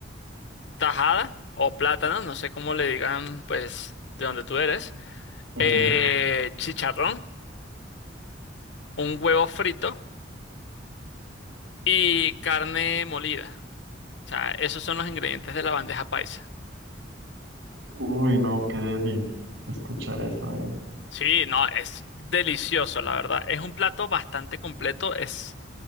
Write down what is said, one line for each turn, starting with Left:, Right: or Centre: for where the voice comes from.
Left: tajada o plátano, no sé cómo le digan, pues, de donde tú eres,
Right: Ujú.
Left: eh, chicharrón, un huevo frito y carne molida. O sea, esos son los ingredientes de la bandeja paisa.
Right: Uy, no, qué deli. Escucha eso, eh.
Left: Sí, no, es delicioso, la verdad. Es un plato bastante completo, es